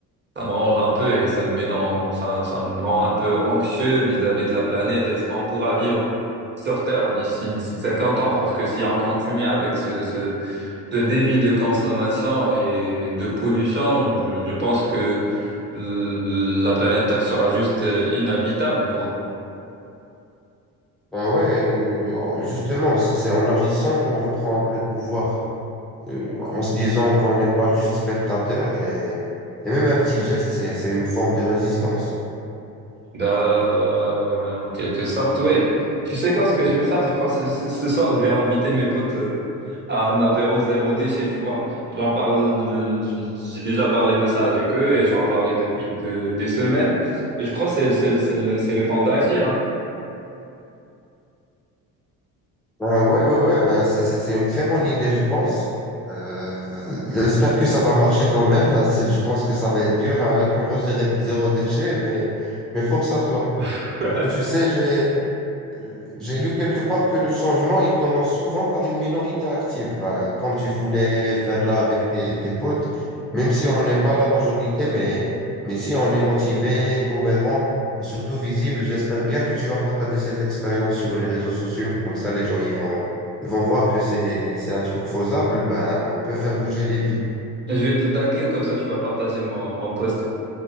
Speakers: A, on the right; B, in the centre.
A: ça me range un peu et ça me met dans, ça, ça me rend un peu anxieux vis-à-vis de la planète. Est-ce qu'on pourra vivre sur Terre d'ici, d'ici 50 ans? Parce que si on continue avec ce, ce, ce débit de consommation et de pollution, je, je pense que l- la planète Terre sera juste euh, inhabitable, quoi.
B: Ben ouais, euh, justement, c'est c'est en agissant qu'on reprend un peu de pouvoir, Euh, en se disant qu'on n'est pas juste spectateur et, et même un petit geste, c'est, c'est une forme de résistance.
A: Bah, euh, en quelque sorte, oui. Tu sais quoi, ce que je vais faire, je crois, ce, ce- ce soir, je vais inviter mes potes euh, à un apéro zéro déchet, tu vois. J'en parle, je- j'ai déjà parlé de ça avec eux et j'en parlais depuis de- des semaines. Et je crois que c'est, c'est, c'est le, c'est le temps d'agir, hein.
B: Ben ouais, ouais, ouais, ben c'est, c'est, c'est une très bonne idée, je pense. Euh, j'espère que ça va marcher quand même. Ben, c'est- Je pense que ça va être dur à un apéro zéro, zéro déchet, mais, mais force à toi.
A: <laughs>
B: Et tu sais, j'ai, euh, j'ai lu quelque part que le changement, il commence souvent par une minorité active. Ben, comme tu voulais faire là avec tes, tes potes, même si on n'est pas la majorité, mais, mais si on est motivé, cohérent, surtout visible, j'espère bien que tu vas partager cette expérience sur les réseaux sociaux. Comme ça, les gens, ils vont, ils vont voir que c'est, c'est un truc faisable. Ben, on peut faire bouger les lignes.
A: Je vais te taguer, comme ça tu vas partager mon, mon post.